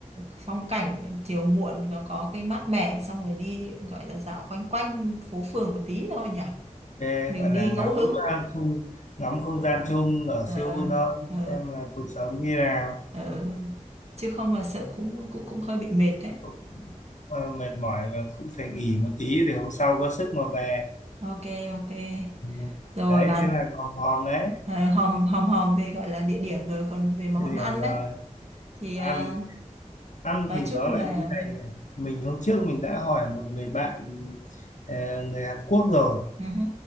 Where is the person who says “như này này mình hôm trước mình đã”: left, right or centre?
Left